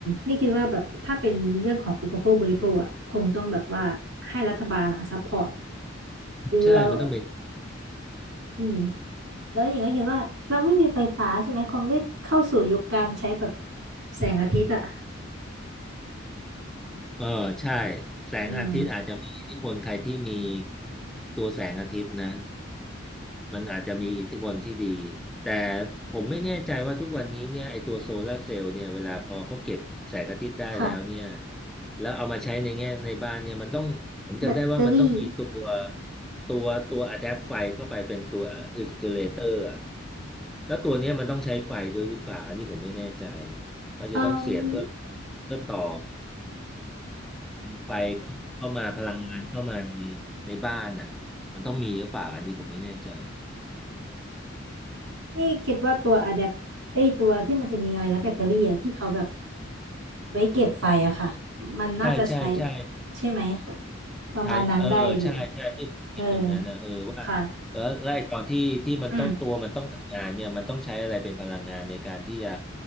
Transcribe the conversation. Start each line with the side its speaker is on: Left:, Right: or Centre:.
Right: นี่คิดว่าแบบถ้าเป็นเรื่องของอุปโภคบริโภคอะคงต้องแบบว่าให้รัฐบาลอะซัพพอร์ต
Centre: ใช่มันต้องเป็น
Right: แล้วอืมแล้วอย่างก็เห็นว่าเราไม่มีไฟฟ้าใช่ไหมคงได้เข้าสู่ยุคการใช้แบบแสงอาทิตย์อะ
Centre: เออใช่ แสงอาทิตย์อาจจะมีอิทธิพลใครที่มี
Right: อืม
Centre: ตัวแสงอาทิตย์นะ มันอาจจะมีอิทธิพลที่ดี แต่ผมไม่แน่ใจว่าทุกวันนี้เนี่ยไอตัวโซลาร์เซลล์เนี่ยเวลาพอเขาเก็บแสงอาทิตย์ได้แล้วเนี่ย
Right: ค่ะ
Centre: แล้วเอามาใช้ในแง่ในบ้านเนี่ยมันต้องผมจำได้ว่ามันต้องมีตัว
Right: แบตเตอรี่
Centre: ตัวตัวอะแดปไฟเข้าไปเป็นตัวอินส u เลเตอร์แล้วตัวเนี้ยมันต้องใช้ไฟด้วยหรือเปล่าอันนี้ผมไม่แน่ใจว่าจะต้องเสียบเพื่อ
Right: อืม
Centre: เพื่อต่อไฟเข้าเข้ามาพลังงานเข้ามาในในบ้านอ่ะมันต้องมีหรือเปล่าอันนี้ผมไม่แน่ใจ
Right: นี่คิดว่าตัวอะแดปไอยตัวที่มันจะมีอะไรนะแบตเตอรี่อะที่เขาแบบไว้เก็บไฟอะค่ะมันน่าจะใช้
Centre: ใช่ใช่ใช่
Right: ใช่ไหมประมาณนั้นได้อยู่
Centre: ใช่เออใช่ใช่ที่ผมคิดตรงนั้นนะเออว่า
Right: เออค่ะ
Centre: แล้วแล้วไอ้ตอนที่ที่มันต้องตัวมันต้องทำงานเนี่ยมันต้องใช้อะไรเป็นพลังงานในการที่จะ
Right: อืม